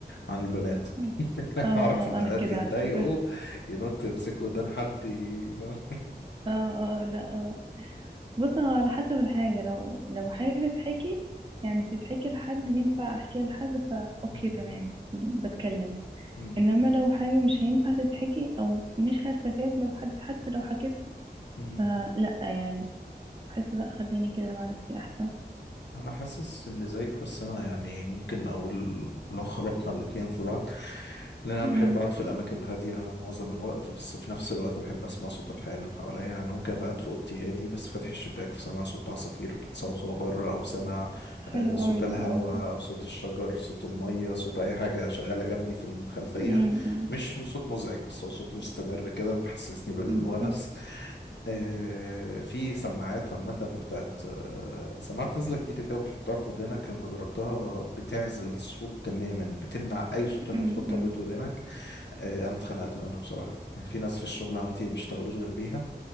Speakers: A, on the left; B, on the right.
A: عن البنات
B: م.
A: <laughs>
B: اه
A: أعرف
B: اه
A: البنات
B: انا كده
A: بيتضايقوا
B: على فكره
A: ينط يمسكوا ودان حد ي- <laughs> فاهم؟
B: اه اه آه، لا آه. بص هو على حسب الحاجة لو لو حاجة تتحكي يعني تتحكي لحد ينفع احكيها لحد فا اوكي
A: مم،
B: تمام بتكلم
A: مم،
B: انما لو حاجة مش هينفع تتحكي او مش هستفاد لو حد حتى لو حكيتها
A: مم.
B: فلا يعني بحس لا خليني كده مع نفسي احسن
A: انا حاسس ان زيك بس انا يعني ممكن اقول لو خلطنا الاتنين في بعض لان انا
B: امم
A: بحب اقعد في الاماكن الهاديه معظم الوقت بس في نفس الوقت بحب اسمع صوت الحياه من حواليا انا ممكن ابقى قاعد في اوضتي هادي بس فاتح الشباك فسامع صوت عصافير بتصوصو بره او سامع
B: حلو
A: آه، صوت
B: قوي
A: الهواء
B: ده اه صح
A: او صوت الشجر صوت الميه صوت اي حاجه شغاله جنبي في الخلفيه
B: امم
A: مش صوت مزعج بس هو صوت مستمر كده محسسني بالونس
B: بالظبط
A: آه، في سماعات عامة بتاعت آه، سماعات نازلة جديدة كده بتحطها في ودانك لما جربتها بتعزل الصوت تماما بتمنع أي صوت إنه
B: امم
A: يدخل طبلة ودانك آه، أنا اتخنقت منها بصراحة يعني في ناس في الشغل عندي ما بيشتغلوش غير بيها